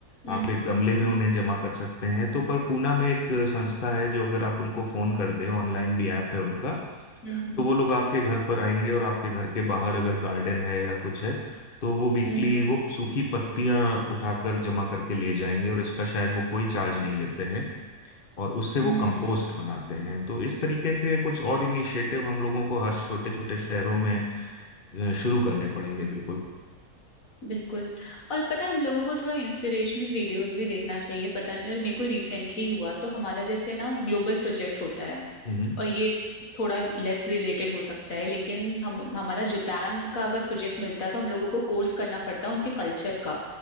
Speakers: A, on the left; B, on the left.
A: हम्म
B: आप एक
A: हम्म
B: गमले में उन्हें जमा कर सकते हैं तो पर पूना में एक संस्था है जो अगर आप उनको फोन कर दें ऑनलाइन भी ऐप है उनका
A: हम्म
B: तो वो लोग आपके घर पर आएंगे और आपके घर के बाहर अगर गार्डन है या कुछ है तो वो वीकली
A: हम्म हम्म
B: वो सूखी पत्तियां उठाकर जमा करके ले जाएंगे और इसका शायद वो कोई चार्ज नहीं लेते हैं और उससे वो
A: हम्म
B: कंपोस्ट बनाते हैं तो इस तरीके के कुछ और इनिशिएटिव हम लोगों को हर छोटे छोटे शहरों में अ, शुरू करने पड़ेंगे बिल्कुल
A: बिल्कुल और पता है हम लोगों को थोड़ा इंस्पिरेशनल वीडियोस भी देखना चाहिए पता नहीं और मेरे को रिसेंटली हुआ तो हमारा जैसे ना ग्लोबल प्रोजेक्ट होता है
B: हम्म
A: और ये थोड़ा लेस रिलेटेड हो सकता है लेकिन हम हमारा जापान का अगर प्रोजेक्ट मिलता है तो हम लोगों को कोर्स करना पड़ता है उनके कल्चर का